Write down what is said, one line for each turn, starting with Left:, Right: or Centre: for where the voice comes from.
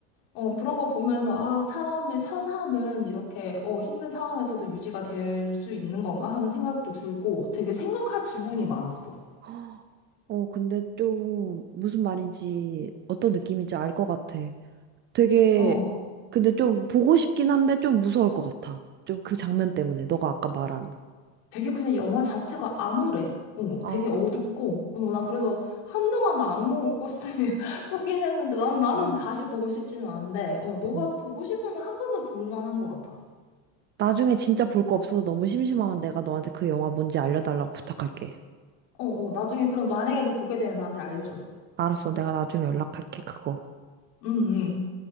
Left: 어, 그런 거 보면서 아, 사람의 선함은 이렇게 어, 힘든 상황에서도 유지가 될 수 있는 건가 하는 생각도 들고 되게 생각할 부분이 많았어.
Right: 헉, <gasps> 어, 근데 좀 무슨 말인지 어떤 느낌인지 알 것 같아. 되게,
Left: 어,
Right: 근데 좀 보고 싶긴 한데 좀 무서울 것 같아. 좀 그 장면 때문에, 너가 아까 말한.
Left: 되게 그냥 영화 자체가 암울해. 어,
Right: 아,
Left: 되게 어둡고, 어, 나 그래서 한동안 나 악몽을 꿨으니, <laughs> 꾸긴 했는데, 난, 나는
Right: 음,
Left: 다시 보고 싶지는 않은데, 어, 너가
Right: 음.
Left: 보고 싶으면 한 번은 볼만한 것 같아.
Right: 나중에 진짜 볼 거 없어서 너무 심심하면 내가 너한테 그 영화 뭔지 알려달라고 부탁할게.
Left: 어, 어, 나중에 그럼 만약에 너 보게 되면 나한테 알려줘.
Right: 알았어. 내가 나중에 연락할게, 그거.
Left: 응, 응.